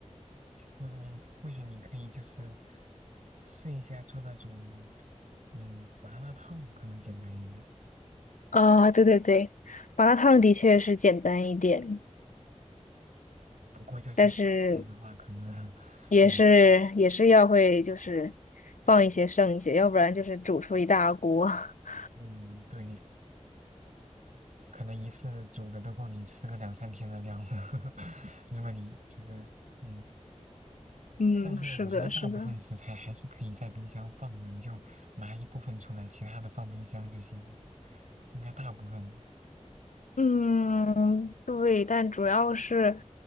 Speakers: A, on the right; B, on the left.
A: 嗯，或许你可以就是试一下做那种嗯麻辣烫，可能简单一点。
B: 啊，对对对，麻辣烫的确是简单一点，
A: 不过就是食材的话，
B: 但是
A: 可能 <laughs>
B: 也是也是要会就是
A: 很难。
B: 放一些剩一些，要不然就是煮出一大锅。<laughs>
A: 嗯，对，可能一次煮的都够你吃个两三天的量了。<laughs> 如果你就是嗯，
B: 嗯，
A: 但是我觉得大部分食材还是可以在冰箱放的，
B: 是的，是的。
A: 你就拿一部分出来，其他的放冰箱就行了。应该大部分吧。
B: 嗯，对，但主要是